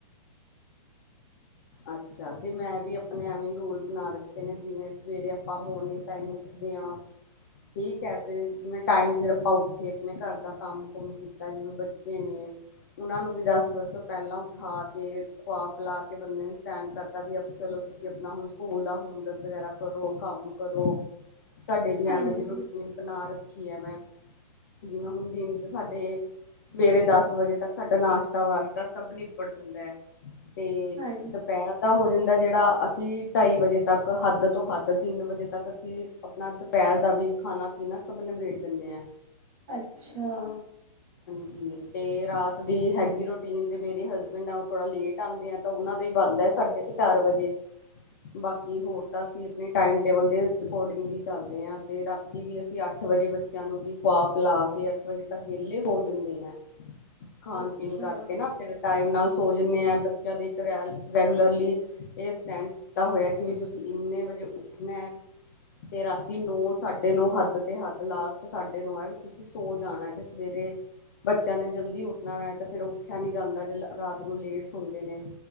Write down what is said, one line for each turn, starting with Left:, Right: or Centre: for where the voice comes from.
Left: ਅੱਛਾ, ਤੇ ਮੈਂ ਵੀ ਅਪਣੇ ਐਵੇਂ ਰੂਲ ਬਣਾ ਰੱਖੇ ਨੇ ਜਿਵੇਂ ਸਵੇਰੇ ਅਪਾਂ ਮੋਰਨਿਂਗ ਟਾਈਮ ਰਖਦੇ ਆ। ਠੀਕ ਐ ਫੇਰ ਜਿਵੇਂ ਟਾਈਮ ਸਿਰ ਅਪਾਂ ਉੱਠੇ ਅਪਣੇ ਘਰ ਦਾ ਕੰਮ- ਕੁੰਮ ਕੀਤਾ ਜਿਵੇਂ ਬੱਚੇ ਨੇ ਉਹਨਾਂ ਨੂੰ ਵੀ ਦਸ ਵਜੇ ਤੋਂ ਪੈਲਾਂ ਉਠਾ ਕੇ, ਖੂਆ-ਪਿਲਾ ਕੇ ਬੰਦੇ ਨੂੰ ਸਟੈਂਡ ਕਰਤਾ ਵੀ ਅਬ ਚਲੋ ਤੁਸੀਂ ਅਪਣਾ ਹੁਣ ਸਕੂਲ ਦਾ ਹੋਮਵਰਕ ਵਗੈਰਾ ਕਰੋ, ਕੰਮ ਕਰੋ। ਸਾਡੇ ਵੀ
Right: ਹਾਂਜੀ
Left: ਐਵੇਂ ਦੀ ਰੂਟੀਨ ਬਣਾ ਰੱਖੀ ਐ ਮੈਂ। ਜਿਵੇਂ ਹੁਣ ਦਿਨ ਚ ਸਾਡੇ ਸਵੇਰੇ ਦਸ ਵਜੇ ਤੱਕ ਸਾਡਾ ਨਾਸ਼ਤਾ- ਵਾਸ਼ਤਾ ਸਭ ਨਿਪਟ ਜਾਂਦਾ ਤੇ
Right: ਹਾਂਜੀ
Left: ਦੁਪਹਿਰ ਦਾ ਹੋ ਜਾਂ ਦਾ ਜਿਹੜਾ ਅਸੀਂ ਢਾਈ ਵਜੇ ਤੱਕ ਹੱਦ ਤੋਂ ਹੱਦ ਤਿੰਨ ਵਜੇ ਤੱਕ ਅਸੀਂ ਅਪਣਾ ਦੁਪਹਿਰ ਦਾ ਵੀ ਖਾਣਾ- ਪੀਣਾ ਸਬ ਨਬੇੜ ਦਿੰਨੇ ਆ।
Right: ਅੱਛਾ।
Left: ਜੀ, ਤੇ ਰਾਤ ਦੀ ਹੈਗੀ ਰੋਟੀਨ ਤੇ ਮੇਰੇ ਹਸਬੈਂਡ ਐ ਉਹ ਥੋੜਾ ਲੇਟ ਆਂਦੇ ਐ ਤਾਂ ਉਹਨਾਂ ਦਾ ਈ ਬਣਦਾ ਸਾਢੇ ਤੇ ਚਾਰ ਵਜੇ ਬਾਕੀ ਹੋਰ ਤਾਂ ਅਸੀਂ ਅਪਣੇ ਟਾਈਮ ਟੇਬਲ ਦੇ ਸ ਅਕੋਰਡਿੰਗਲੀ ਚਲਦੇ ਆ ਤੇ ਰਾਤੀ ਵੀ ਅਸੀਂ ਅੱਠ ਅੱਠ ਵਜੇ ਬੱਚਿਆਂ ਨੂੰ ਵੀ ਖੁਆ- ਪਿਲਾ ਕੇ ਅੱਠ ਵਜੇ ਤੱਕ ਵਿਹਲੇ ਹੋ ਜਂਦੇ ਐ। ਖਾਣ-
Right: ਅੱਛਾ
Left: ਪੀਣ ਕਰਕੇ ਨਾ ਫੇਰ ਟਾਈਮ ਨਾਲ ਸੋ ਜਾਂਨੇ ਆ। ਬਚ ਬੱਚੇਆ ਦੀ ਰੇਲ ਰੈਗੂਲਰਲੀ ਇਹ ਸਟੈਂਡ ਕੀਤਾ ਹੋਇਆ ਕਿ ਵੀ ਤੁਸੀਂ ਇੰਨੇ ਵਜੇ ਉੱਠਣਾ ਐ ਤੇ ਰਾਤੀ ਨੌ ਸਾਡੇ ਨੌ ਹੱਦ ਤੇ ਹੱਦ ਲਾਸਟ ਸਾਡੇ ਨੌ ਐ ਵੀ ਤੁਸੀਂ ਸੋ ਜਾਣਾ ਐ ਵੀ ਸਵੇਰੇ ਬੱਚਿਆਂ ਨੇ ਜਲਦੀ ਉੱਠਣਾ ਐ ਤੇ ਫੇਰ ਉੱਠਆ ਨੀ ਜਾਂਦਾ ਜ ਰਾਤ ਨੂੰ ਲੇਟ ਸੋਂਦੇ ਨੇ।